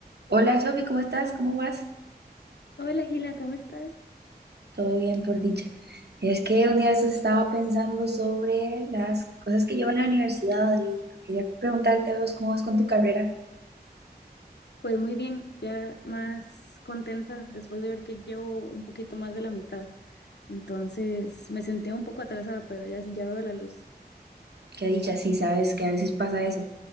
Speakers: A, on the right (about 75°); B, on the left (about 85°).
A: Hola Sofi, ¿cómo estás? ¿Cómo vas?
B: Hola Gila, ¿cómo estás?
A: Todo bien, por dicha. Es que un día de estos estaba pensando sobre las cosas que llevo en la universidad y quería preguntarte a vos cómo vas con tu carrera.
B: Pues muy bien, ya más contenta después de ver que llevo un poquito más de la mitad. Entonces me sentía un poco atrasada, pero ya, ya veo la luz.
A: Qué dicha, sí, sabes que a veces pasa eso.